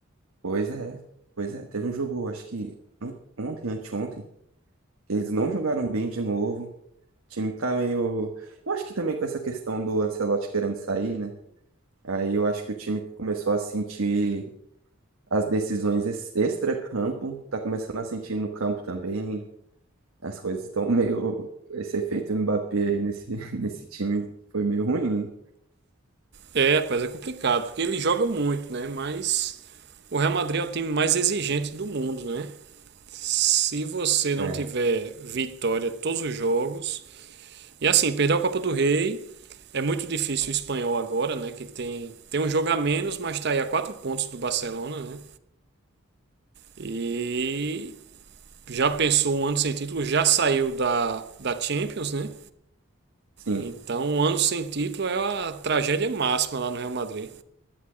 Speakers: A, on the right (about 90°); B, on the right (about 55°).
A: Pois é, pois é. Teve um jogo, acho que on- ontem, anteontem, que eles não jogaram bem de novo. O time tá meio. Eu acho que também com essa questão do Ancelotti querendo sair, né? Aí eu acho que o time começou a sentir as decisões ex- extra-campo, tá começando a sentir no campo também. As coisas estão meio. Esse efeito Mbappé aí nesse, <laughs> nesse time foi meio ruim,
B: É, rapaz, é complicado, porque ele joga muito, né? Mas O Real Madrid é o time mais exigente do mundo, né? Se você não
A: né?
B: tiver vitória todos os jogos. E assim, perder a Copa do Rei é muito difícil o espanhol agora, né? Que tem, tem um jogo a menos, mas está aí a quatro pontos do Barcelona, né? E já pensou um ano sem título, já saiu da, da Champions, né?
A: Sim.
B: Então um ano sem título é a tragédia máxima lá no Real Madrid.